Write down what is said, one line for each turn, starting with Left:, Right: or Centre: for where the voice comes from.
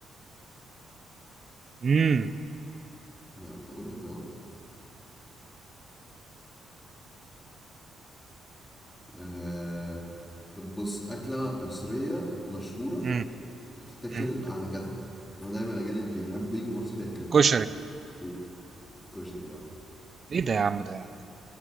Right: امم
Left: ما بقول لك أهو آه طب بص أكلة مصرية مشهورة
Right: امم
Left: تتاكل
Right: امم
Left: على غدا اللي هو دايما الأجانب بيحبوا يجوا مصر ياكلوها
Right: كشري
Left: و- كشري اه
Right: ايه ده يا عم ده يعني